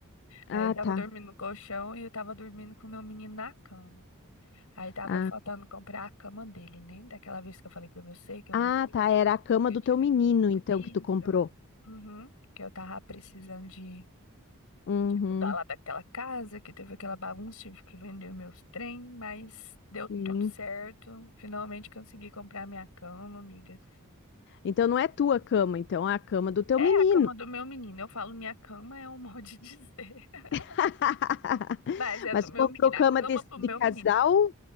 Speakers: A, on the left (about 50°); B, on the left (about 75°).
A: Ah,
B: Aí ele tava
A: tá.
B: dormindo no colchão e eu tava dormindo com o meu menino na cama. Aí tava
A: Ah,
B: faltando comprar a cama dele, né? Daquela vez que eu falei pra você que eu
A: ah,
B: mudei.
A: tá, era a cama
B: Eu
A: do
B: tive
A: teu menino, então,
B: isso.
A: que tu comprou.
B: Uhum, que eu tava precisando de
A: Uhum,
B: mudar lá daquela casa, que teve aquela bagunça, tive que vender meus trem, mas deu tudo
A: sim.
B: certo. Finalmente consegui comprar minha cama, amiga.
A: Então não é tua cama, então é a cama do teu
B: É
A: menino.
B: a cama do meu menino. Eu falo minha cama é um <laughs> modo de dizer, <laughs>
A: <laughs>
B: mas é
A: Mas
B: do meu
A: tu comprou
B: menino.
A: cama
B: A cama
A: de,
B: pro
A: de
B: meu
A: casal
B: menino.